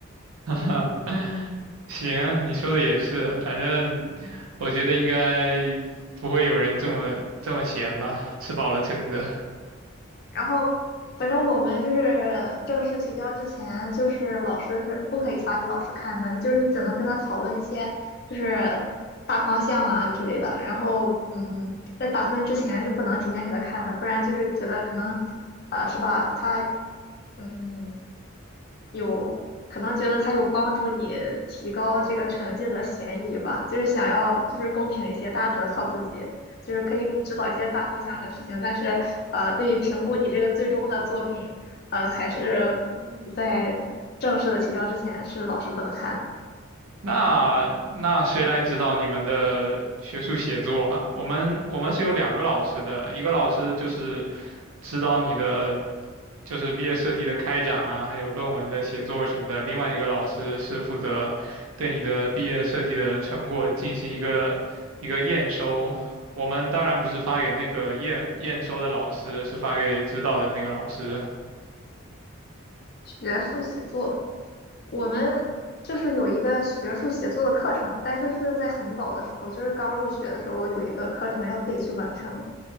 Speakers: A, on the right (about 85°); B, on the left (about 50°).
A: <laughs> 行，你说的也是，反正我觉得应该不会有人这么这么闲吧，吃饱了撑的。
B: 然后反正我们就是正式提交之前，就是老师是不可以发给老师看的，就是你只能跟他讨论一些就是大方向啊之类的。然后嗯，在打分之前是不能提前给他看的，不然就是觉得可能啊、是吧？他嗯有可能觉得它有帮助你提高这个成绩的嫌疑吧，就是想要就是公平一些，大家只能靠自己，就是可以给你指导一些大方向的事情，但是呃，对于评估你这个最终的作品，呃，还是嗯在正式的提交之前是老师不能看的。
A: 那那谁来指导你们的学术写作啊？我们我们是有两个老师的，一个老师就是指导你的就是毕业设计的开展啊，还有论文的写作什么的。另外一个老师是负责对你的毕业设计的成果进行一个一个验收。我们当然不是发给那个验验收的老师，是发给指导的那个老师。
B: 学术写作，我们就是有一个学术写作的课程，但是是在很早的时候，就是刚入学的时候有一个课程要自己去完成。